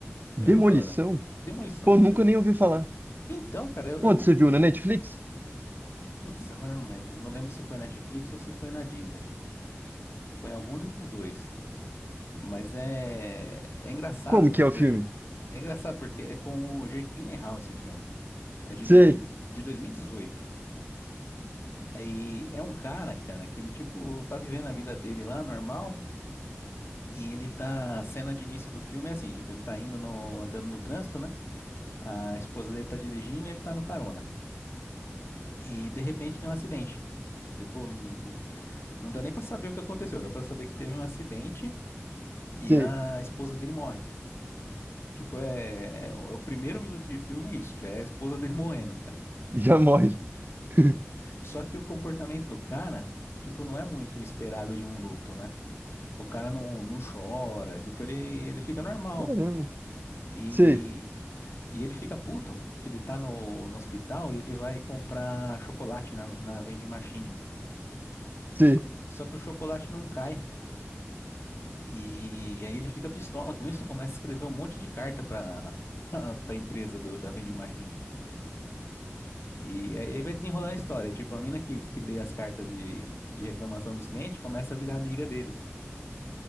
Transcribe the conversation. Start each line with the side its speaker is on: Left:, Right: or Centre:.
Right: Demolição?
Left: Já ouviu falar? Demolição.
Right: Pô, nunca
Left: Sim.
Right: nem ouvi falar.
Left: Então, cara, eu,
Right: Onde
Left: eu nunca
Right: você
Left: tinha
Right: viu?
Left: ouvido.
Right: Na Netflix?
Left: Putz, agora eu não lembro. Não lembro se foi Netflix ou se foi na Disney. Foi em algum desses dois. Mas é, é engraçado,
Right: Como
Left: assim,
Right: que
Left: por...
Right: é o filme?
Left: é engraçado porque é com o Jake Gyllenhaal esse filme. É de,
Right: Sei,
Left: dois mil de dois mil e dezoito Aí é um cara, cara, que ele, tipo, tá vivendo a vida dele lá, normal, e ele tá, a cena de início do filme é assim, tipo, ele tá indo no, andando no trânsito, né? A esposa dele tá dirigindo, e ele tá no carona. E, de repente, tem um acidente. Tipo, não, não não dá nem pra saber o que aconteceu, dá pra saber que teve um acidente e
Right: sei.
Left: a esposa dele morre. Tipo, é, é- O é o primeiro minuto de filme é isso, já é a esposa dele <laughs> morrendo, cara.
Right: Já morre. <laughs>
Left: Só que o comportamento do cara, tipo, não é muito o esperado de um luto, né? O cara não, não chora, tipo, ele, ele fica normal.
Right: Caramba.
Left: E,
Right: Sei,
Left: e ele fica puto. que Ele tá no, no hospital e ele vai comprar chocolate na, na vending machine. Só,
Right: sei.
Left: só que o chocolate não cai. E aí ele fica pistola com isso, começa a escrever um monte de carta pra, <laughs> pra empresa do, da vending machine. E aí aí vai desenrolando a história. Tipo, a mina que, que lê as cartas de, de reclamação dos clientes começa a virar amiga dele.